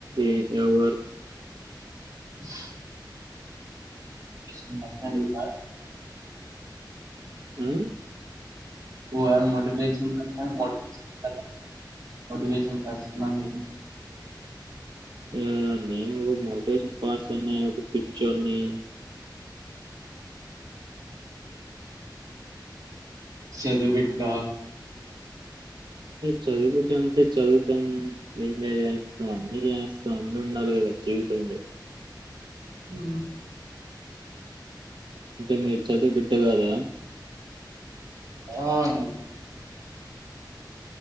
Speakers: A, on the right (about 80°); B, on the right (about 50°).
A: a lover
B: <unintelligible>
A: ఆ
B: నువ్వు వానికి మోటివేషన్ <unintelligible> మోటివేషన్ ఇస్తాడా మోటివేషన్ <unintelligible>
A: ఆ నేను ఒక మోటివేషన్ క్లాసెస్ అని ఒక పిక్చర్ని
B: చదువు బిడ్డ
A: చదువు బిడ్డ అంటే చదువుతాం ఎంజాయ్ చేస్తాం అన్ని చేస్తాం అన్ని ఉండాలి కదా జీవితంలో
B: హ
A: అంటే మీరు చదువు బిడ్డ కాదా
B: అవును